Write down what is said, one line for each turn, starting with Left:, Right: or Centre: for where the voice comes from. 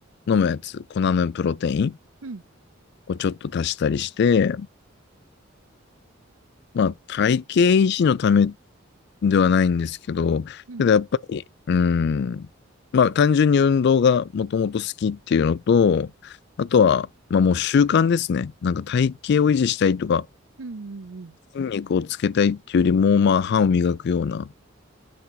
Left: 飲むやつ、粉のプロテイン
Right: うん。
Left: をちょっと足したりして、まあ体型維持のためではないんですけど、
Right: うん。
Left: けどやっぱり、うん、まあ単純に運動がもともと好きっていうのと、あとは、まあもう習慣ですね。なんか体型を維持したいとか、
Right: うん。うんうん
Left: 筋肉をつけたいっていうよりも、まあ、歯を磨くような